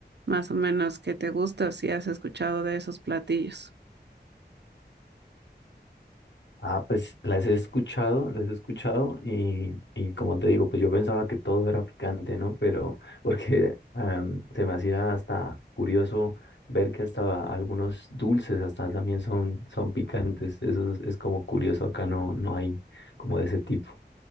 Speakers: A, on the right (about 70°); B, on the left (about 80°).
A: más o menos qué te gusta o si has escuchado de esos platillos.
B: Ah, pues las he escuchado, las he escuchado y, y como te digo, pues yo pensaba que todo era picante, ¿no? Pero <laughs> porque am, se me hacía hasta curioso ver que hasta algunos dulces hasta también son, son picantes. Eso es, es como curioso, acá no, no hay como de ese tipo.